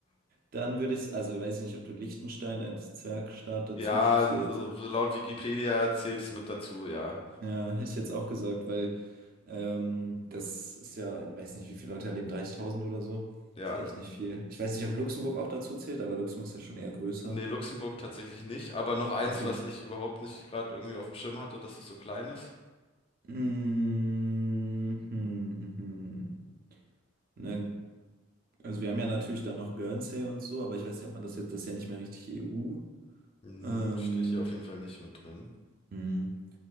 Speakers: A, on the right (about 45°); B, on the left (about 25°).
A: dann würde ich, also weiß ich nicht, ob du Liechtenstein als Zwergstaat dazu
B: Ja,
A: zählst.
B: so so laut Wikipedia zählt es mit dazu, ja.
A: Ja, hätte ich jetzt auch gesagt, weil ähm, das ist ja, ich weiß nicht, wie viele Leute da leben, 30.000 oder so.
B: Ja.
A: ist ja echt nicht viel. Ich weiß nicht, ob Luxemburg auch dazu zählt, aber Luxemburg ist ja schon eher größer.
B: Nee, Luxemburg tatsächlich nicht, aber noch eins,
A: Okay.
B: was ich überhaupt nicht gerade irgendwie auf dem Schirm hatte, dass es so klein ist.
A: Mhm. Ne, also wir haben ja natürlich dann noch Guernsey und so, aber ich weiß nicht, ob man das jetzt, das ist ja nicht mehr richtig EU.
B: Hm,
A: Ähm,
B: Steht hier auf jeden Fall nicht mit drin.
A: hm.